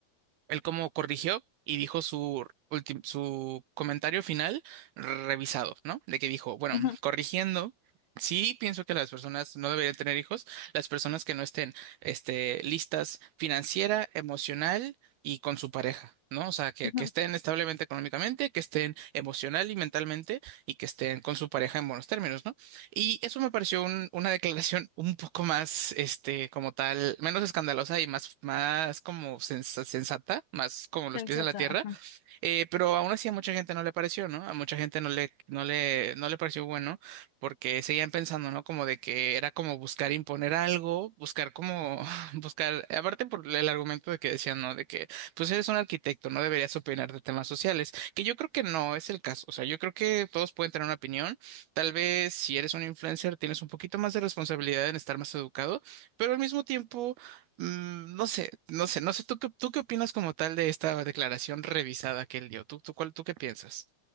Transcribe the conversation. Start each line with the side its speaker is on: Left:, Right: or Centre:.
Right: él como corrigió y dijo su, ultim- su comentario final revisado, ¿no? De que dijo, bueno,
Left: ujú,
Right: corrigiendo, sí pienso que las personas no deberían tener hijos, las personas que no estén este, listas financiera, emocional y con su pareja, ¿no? O sea, que,
Left: ujú,
Right: que estén establemente económicamente, que estén emocional y mentalmente y que estén con su pareja en buenos términos, ¿no? Y eso me pareció un- una declaración un poco más, este, como tal, menos escandalosa y más, más como sens sensata, más como los
Left: Sensata.
Right: pies en la tierra.
Left: ajá.
Right: Eh, pero aún así a mucha gente no le pareció, ¿no? A mucha gente no le, no le, no le pareció bueno porque seguían pensando, ¿no? Como de que era como buscar imponer algo, buscar como, <laughs> buscar, aparte por el argumento de que decían, ¿no? De que, pues eres un arquitecto, no deberías opinar de temas sociales, que yo creo que no es el caso, o sea, yo creo que todos pueden tener una opinión, tal vez si eres un influencer tienes un poquito más de responsabilidad en estar más educado, pero al mismo tiempo Mm, no sé, no sé, no sé. ¿Tú qué, tú qué opinas como tal de esta declaración revisada que él dio? ¿Tú, tú, cuál, tú qué piensas?